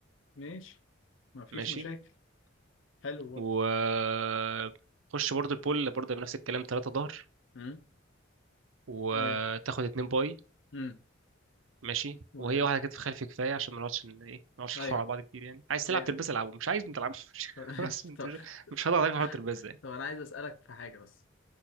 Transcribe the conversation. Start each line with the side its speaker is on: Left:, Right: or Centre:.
Left: ماشي ما فيش
Right: ماشي
Left: مشاكل حلو برضه
Right: و آه، خش برضه البول برضه بنفس الكلام تلاتة ظهر
Left: امم
Right: وتاخد
Left: ايوه
Right: اتنين باي
Left: امم
Right: ماشي
Left: و-
Right: وهي واحده كتف خلفي كفايه عشان ما نقعدش ن- ايه ما نقعدش
Left: ايوه
Right: نحاور على بعض كتير يعني عايز تلعب
Left: ايوه
Right: ترباز العبه مش عايز ما تلعبش <laughs>
Left: طب ماشي
Right: خلاص انت
Left: طب
Right: مش مش هضغط عليك
Left: <laughs>
Right: في حوار الترباز يعني
Left: طب انا عايز اسالك في حاجه بس